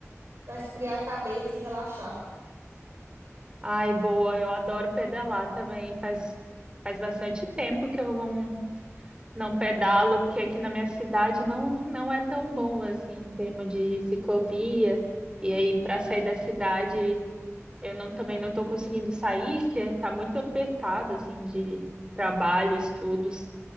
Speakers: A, on the right; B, on the right.
A: pra esfriar a cabeça e relaxar.
B: Ai, boa, eu adoro pedalar também. Faz, faz bastante tempo que eu não, não pedalo, porque aqui na minha cidade não, não é tão bom assim, em termos de ciclovia. E aí, para sair da cidade, Eu não, também não estou conseguindo sair, que está muito apertado, assim, de trabalho, estudos.